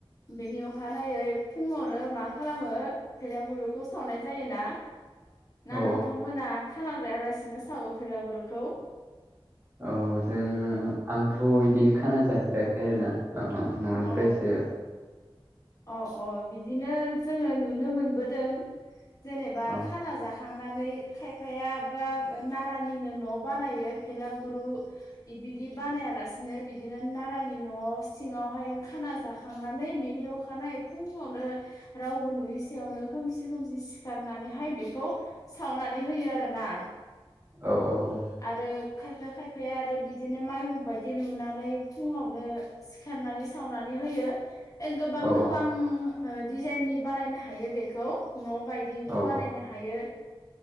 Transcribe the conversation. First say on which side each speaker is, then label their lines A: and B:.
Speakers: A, on the left; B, on the right.
A: बेनि अखानायै फुङावनो मा खालामो फेलागुरुखौ सावनाय जायो ना? ना
B: औ
A: नोंथांमोना खाना जायालासिनो सावो फेलागुरुखौ?
B: औ जों आंथ' बिदि खाना जाफेराखै आरोोना न'निफ्रायसो
A: अ अ अ बिदिनो जोङो नुनो मोनबोदों जेनेबा
B: औ
A: खाना जाख खांनानै खायफाया बा नारानिनो न' बानायो फेलागुरु इ बिदि बानायालासिनो बिदिनो नारानि न'आव सिङाव बाहाय खाना जाखांनानै बेनि अखानायै फुङावनो रावबो नुयै सायावनो खोमसि खोमसि सिखारनानैहाय बेखौ सावनानै होयो आरोना।
B: औ औ औ।
A: आरो खायफाया खायफाया आरो बिदिनो माइहुं बायदि लुनानै फुङावनो सिखारनानै सावनानै होयो गोबां
B: औ
A: गोबां। ओ डिजाइननि बानायनो हायो बेखौ न' बायदि
B: औ
A: बानायनो हायो।